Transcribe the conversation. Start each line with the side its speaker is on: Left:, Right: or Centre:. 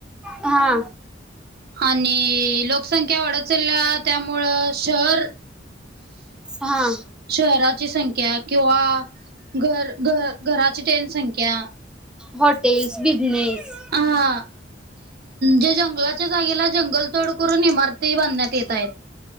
Centre: हा.
Right: आणि लोकसंख्या वाढत चालल्या त्यामुळं शहर
Centre: स हा.
Right: शहराची संख्या किंवा घर घर घराची तेन संख्या
Centre: हॉटेल्स, बिजनेस
Right: हा जे जंगलाच्या जागेला जंगल तोड करून इमार ती बांधण्यात येत आहेत.